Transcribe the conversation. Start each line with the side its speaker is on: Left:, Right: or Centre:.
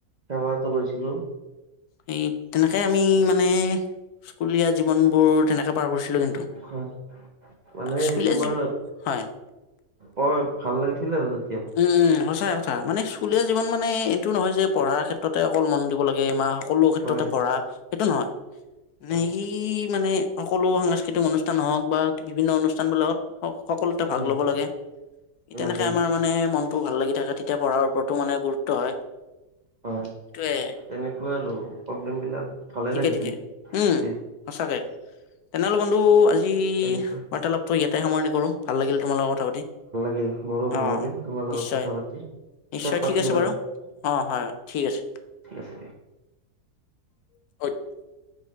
Right: সেৱা এটা লৈছিলোঁ।
Left: সেই তেনেকে আমি মানে স্কুলীয়া জীৱনবোৰ তেনেকে পাৰ কৰিছিলোঁ কিন্তু।
Right: হয় মানে
Left: স্কুলীয়া
Right: তোমাৰ
Left: জীৱন, হয়।
Right: বৰ ভাল লাগিছিলে আৰু দিনবোৰ।
Left: উমঁ-উমঁ, সচাই। তাৰ মানে স্কুলীয়া জীৱন মানে এইটো নহয় যে পঢ়াৰ ক্ষেত্ৰতে অকল মন দিব লাগে - সকলো ক্ষেত্ৰতে
Right: হয়
Left: পঢ়া সেইটো নহয়। যি
Right: হয়
Left: সি মানে সকলো সাংস্কৃতিক অনুষ্ঠান হওঁক বা বিভিন্ন অনুষ্ঠানবিলাকত - সকলোতে ভাগ
Right: হয়
Left: ল'ব লাগে। তেনেকে
Right: লাগে
Left: আমাৰ মানে - মানে মনতো ভাল লাগি থাকে তেতিয়া পঢ়াৰ ওপৰতো মানে গুৰুত্ব হয়।
Right: হয়,
Left: সেইটোৱে
Right: তেনেকুৱা আৰু প্ৰব্লেম বিলাক। ভালে
Left: ঠিকে-ঠিকে,
Right: লাগিছিল
Left: উমঁ,
Right: তেতিয়া
Left: সঁচাকে। তেনেহ'লে বন্ধু আজি
Right: এনে
Left: বাৰ্তালাপটো ইয়াতে সামৰণি কৰোঁ ভাল লাগিল তোমাল লগৰ কথা পাতি।
Right: উমঁ, মোৰো ভাল
Left: অ
Right: লাগিল। তোমাৰ লগত
Left: নিশ্চয়,
Right: কথা পাতি পিছত
Left: নিশ্চয়
Right: পাতিম
Left: ঠিক আছে বাৰু, অঁ', -হয়, ঠিক আছে।
Right: ঠিক আছে।
Left: <inaudible>